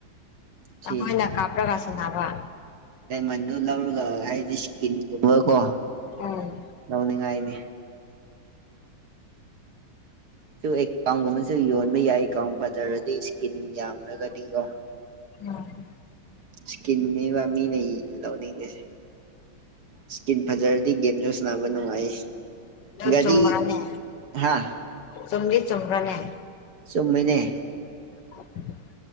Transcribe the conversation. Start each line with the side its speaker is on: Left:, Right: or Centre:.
Right: ꯁꯤꯅꯤ
Left: ꯑꯈꯣꯏꯅ ꯀꯥꯞ꯭ꯄꯔ ꯔꯁꯟꯇꯥꯕ
Right: ꯗꯥꯏꯃꯟꯗꯣ ꯂꯧꯔꯒ ꯍꯥꯏꯗꯤ ꯏꯁꯀꯤꯟꯒꯨꯝꯕꯀꯣ
Left: ꯎꯝ
Right: ꯂꯧꯅꯤꯡꯉꯥꯏꯅꯤ ꯁꯨꯝ ꯑꯦꯀꯥꯎꯟꯒꯨꯝꯕꯁꯨ ꯌꯣꯟꯕ ꯌꯥꯏ ꯑꯦꯀꯥꯎꯟ ꯐꯖꯔꯗꯤ ꯏꯁꯀꯤꯟ ꯌꯥꯝꯔꯒꯗꯤ ꯀꯣ
Left: ꯎꯝ
Right: ꯏꯁꯀꯤꯟꯅꯦꯕ ꯃꯤꯅ ꯂꯧꯅꯤꯡꯉꯤꯁꯦ ꯏꯁꯀꯤꯟ ꯐꯖꯔꯗꯤ ꯒꯦꯝꯖꯨ ꯁꯥꯟꯅꯕ ꯅꯨꯡꯉꯥꯏ ꯒꯥꯔꯤ
Left: ꯑꯗꯨ ꯆꯨꯝꯕꯔꯅꯦ
Right: ꯍꯥ
Left: ꯆꯨꯝꯗꯤ ꯆꯨꯝꯕꯔꯅꯦ
Right: ꯆꯨꯝꯃꯦꯅꯦ
Left: ꯑꯣ <unintelligible>